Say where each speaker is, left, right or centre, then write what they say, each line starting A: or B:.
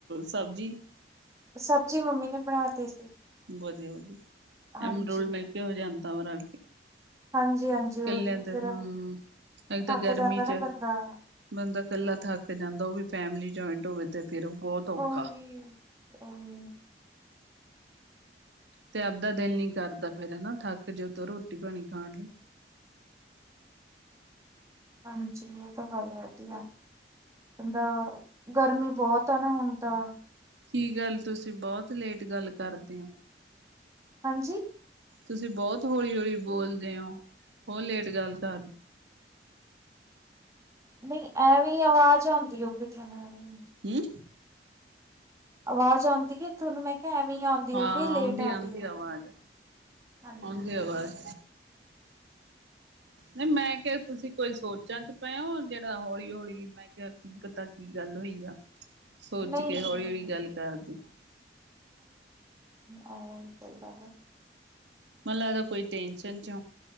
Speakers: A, on the right; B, on the right.
A: ਸਬਜ਼ੀ?
B: ਸਬਜ਼ੀ ਮੰਮੀ ਨੇ ਬਣਾਤੀ ਸੀ।
A: ਵਧੀਆ-ਵਧੀਆ,
B: ਹਾਂਜੀ
A: ਐਮ ਰੋਲ ਮਿਲਕੇ ਹੋ ਜਾ <unintelligible> ਆ
B: ਹਾਂਜੀ ਹਾਂਜੀ
A: ਇਕੱਲਿਆਂ
B: ਉਹੀ
A: ਤੇ
B: ਫੇਰ
A: ਹੂੰ ਇਕ
B: ਥੱਕ
A: ਤਾਂ ਗਰਮੀ
B: ਜਾਂਦਾ
A: ਚ
B: ਨਾ ਬੰਦਾ
A: ਬੰਦਾ ਇਕੱਲਾ ਥੱਕ ਜਾਂਦਾ, ਉਹ ਵੀ ਫੈਮਿਲੀ ਜੁਆਇੰਟ ਹੋਵੇ ਤੇ ਫੇਰ ਬਹੁਤ ਔਖਾ
B: ਉਹ ਹੀ, ਉਹ ਹੀ।
A: ਤੇ ਆਪਦਾ ਦਿਲ ਨੀ ਕਰਦਾ ਫੇਰ ਹੈਨਾ, ਥੱਕ ਜੋ ਤੇ ਰੋਟੀ ਪਾਣੀ ਖਾਣ ਲਈ।
B: ਹਾਂਜੀਇਹ ਤਾਂ ਗੱਲ ਹੈਗੀ ਆ, ਕਹਦਾ ਦਾ ਗਰਮੀ ਬਹੁਤ ਆ ਨਾ ਹੁਣ ਤਾਂ
A: ਕੀ ਗੱਲ ਤੁਸੀਂ ਬਹੁਤ ਲੇਟ ਗੱਲ ਕਰਦੇ ਹੋ?
B: ਹਾਂਜੀ,
A: ਤੁਸੀਂ ਬਹੁਤ ਹੌਲੀ, ਹੌਲੀ ਬੋਲਦੇ ਹੋ ਬਹੁਤ ਲੇਟ ਗੱਲ ਕਰ
B: ਨਹੀਂ ਐਵੇਂ ਈ ਆਵਾਜ਼ ਆਦੀ ਹੋਗੀ ਤੁਹਾਨੂੰ, ਐਵੇਂ
A: ਕੀ,
B: ਆਵਾਜ਼ ਆਦੀ ਹੈ ਤੁਹਨੂੰ ਮੈਂ ਕਿਹਾ ਐਵੇਂ ਆਉਂਦੀ
A: ਹਾਂ
B: ਹੋਊਗੀ ਲੇਟ
A: ਆਉਦੀ, ਆਉਂਦੀ
B: ਹੋਊਗੀ
A: ਆਵਾਜ਼
B: ਹਾਂਜੀ
A: ਆਉਂਦੀ ਆਵਾਜ਼। ਨਹੀਂ ਮੈਂ ਕਿਹਾ। ਤੁਸੀਂ ਕੋਈ ਸੋਚਾਂ ਚ ਪਏ ਹੋ ਜਿਹੜਾ ਹੌਲੀ, ਹੌਲੀ ਮੈਂ ਕਿਹਾ ਕੀ ਪਤਾ ਕੀ ਗੱਲ ਹੋਈ ਆ। ਸੋਚ
B: ਨਹੀਂ
A: ਕੇ
B: ਨਹੀਂ
A: ਹੌਲੀ,
B: ਨਹੀਂ
A: ਹੌਲੀ ਗੱਲ ਕਰ ਦਿਓ।
B: ਐਂਵੇ ਨਹੀਂ ਚਲਦਾ ਨਾ।
A: ਮੈਨੂੰ ਲੱਗਦਾ ਕੋਈ ਟੈਂਨਸ਼ਨ ਜ।